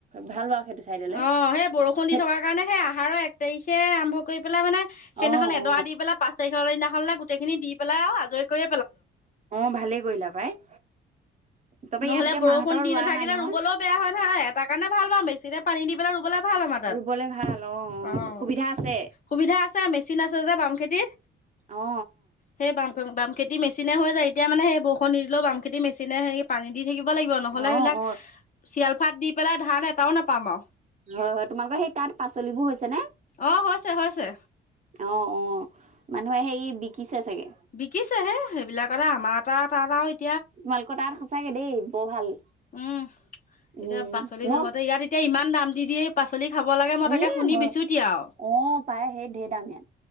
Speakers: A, on the right; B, on the left.
A: ভাল বাৰু সেইটো চাইডলে
B: অ', সেই বৰষুণ
A: খে
B: দি থকাৰ কাৰণে হে আহ। আহাৰৰ এক তাৰিখে আৰম্ভ কৰি পেলাই মানে সেইদিনাখন
A: অ
B: এডৰা
A: অ
B: দি পেলাই পাঁচ তাৰিখৰ সিদিনাখনলে গোট। গোটেইখিনি দি পেলাই আৰু আজৰি কৰি।
A: অ', ভালেই কৰিলা পাই। তাপা ইয়াত
B: নহলে
A: এতিয়া
B: বৰষুণ
A: মাহঁতৰ
B: দি
A: ৰোৱা
B: নাথাকিলে
A: নাই নহয়
B: ৰুবলৈও বেয়া হয় নহয় এটা কাৰণে ভাল বাৰু মেচিনে পানী দি পেলাই ৰুবলে। ভাল আমাৰ তাত,
A: ৰুবলে ভাল অ
B: অ',
A: সুবিধা আছে
B: সুবিধা আছে, মেচিন আছে যে। খেতিত
A: অ
B: সেই বাম, -বাম খেতি মেছিন। মেচিনে হৈ যায় এতিয়া মানে সেই বৰষুন নিদিলেও বাম খেতি মেচিনে হেৰি পানী দি থাকিব। লাগিব নহলে
A: অ অ
B: সেইবিলাক
A: অ
B: চিয়াল ফাট দি পেলাই ধান এটাও নাপাম আৰু।
A: হয়-হয় তোমালোকৰ সেই তাত পাচলিবোৰ হৈছে নে?
B: অ হৈছে হৈছে
A: অ'-অ', মানুহে সেই বিকিছে। চাগে
B: বিকিছে হে সেইবিলাকতে আমাৰ এটা এটা এটা।
A: তোমালোকৰ তাত সঁচাকে দেই বৰ ভাল।
B: উম,
A: উম
B: এতিয়া পাচলি
A: মই
B: জহতে ইয়াত এতিয়া ইমান দাম দি দিয়ে। পাচলি খাব লাগে মই তাকে
A: ই
B: শুনি
A: হয়
B: বিচুতি আৰু।
A: অ পাই সেই ঢেৰ দাম ইয়াত